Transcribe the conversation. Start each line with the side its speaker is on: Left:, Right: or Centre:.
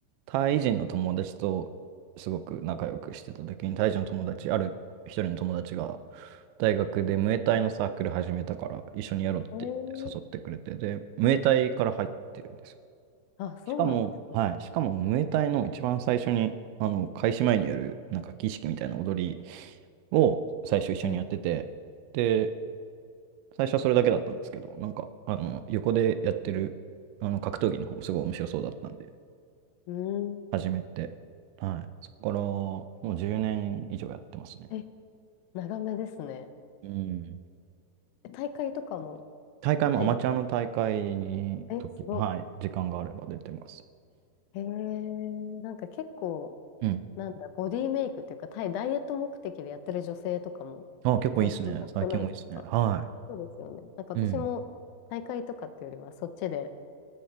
Right: タイ人の友達とすごく仲良くしてた時に、タイ人の友達、ある一人の友達が、大学でムエタイのサークル始めたから、一緒にやろうって言って誘ってくれて、
Left: えー、
Right: で、ムエタイから入ってるんですよ
Left: あ、そうなんですね。
Right: しかも、はい、しかも、ムエタイの一番最初に、あの、開始前にやる、なんか儀式みたいな踊りを最初一緒にやってて、
Left: はい。
Right: で、最初はそれだけだったんですけど、なんか、あの、横でやってる、あの、格闘技の方もすごい面白そうだったんで、
Left: うん。
Right: 始めて、はい、そこから、もう10年以上やってますね。
Left: え、長めですね。
Right: うん。
Left: え大会とかも
Right: 大会もアマチュアの大会に、
Left: 出る。え、
Right: 時、
Left: すご。
Right: はい、時間があれば出てます。
Left: えー、なんか結構、
Right: うん。
Left: なんだ、ボディメイクっていうか、タイ、ダイエット目的でやってる女性とかも
Right: あ、結構いいですね。
Left: 最近多くないですか
Right: 最近もいいですね。は
Left: そうですよね。なんか私も大会とかっていうよりは、
Right: い。うん。
Left: そっちで、